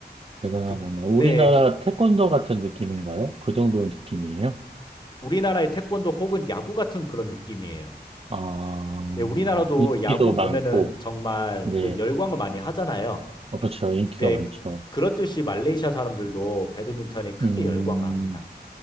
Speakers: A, on the right (about 35°); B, on the left (about 25°).
A: 대단하구나.
B: 그,
A: 우리나라
B: 네, 그
A: 태권도 같은 느낌인가요? 그 정도 느낌이에요?
B: 우리나라의 태권도 혹은 야구 같은 그런 느낌이에요.
A: 아,
B: 네, 우리나라도
A: 인기도
B: 야구
A: 많고,
B: 보면은 정말
A: 네.
B: 그 열광을 많이 하잖아요.
A: 어, 그렇죠. 인기가
B: 네,
A: 많죠.
B: 그렇듯이 말레이시아 사람들도 배드민턴에 크게
A: 음,
B: 열광을 합니다.